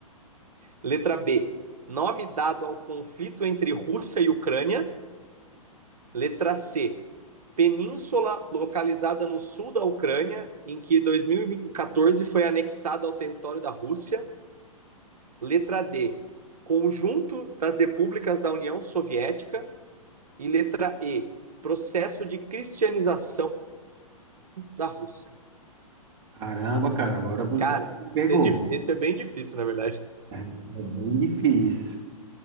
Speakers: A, on the right; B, on the right.
A: Letra B, nome dado ao conflito entre Rússia e Ucrânia. Letra C, península localizada no sul da Ucrânia, em que 2014 foi anexada ao território da Rússia. Letra D, conjunto das repúblicas da União Soviética. E letra E, processo de cristianização da Rússia.
B: Caramba, cara, agora você
A: Cara,
B: me pegou.
A: isso é, difí- isso é bem difícil, na verdade.
B: Isso é bem difícil.